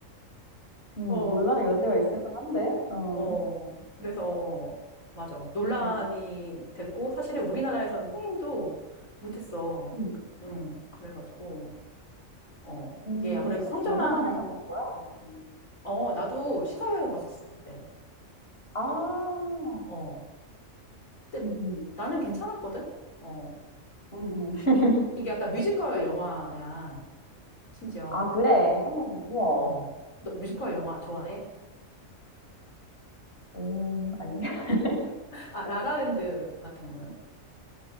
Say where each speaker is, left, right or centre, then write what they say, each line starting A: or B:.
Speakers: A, on the left; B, on the left.
A: 음
B: 어,
A: 논란의 여지가 있을 만한데. 어.
B: 어. 그래서 맞아. 논란이
A: 음음.
B: 됐고 사실은 우리나라에서는 흥행도 못했어.
A: 음.
B: 응, 그래가지고 어,
A: 음.
B: 이게 아무래도
A: 음,
B: 성전환
A: 어 영화관에서 본 거야? 아니면
B: 어, 나도 시사회를 봤었어, 그때.
A: 아.
B: 어, 그때
A: 음음.
B: 나는 괜찮았거든? 어,
A: 음음.
B: 이게 약간 뮤지컬 영화야, 심지어.
A: 아 그래? 우와.
B: 어. 너 뮤지컬 영화 좋아해?
A: 음 음, 아니. <laughs>
B: 아, 라라랜드 같은 거는?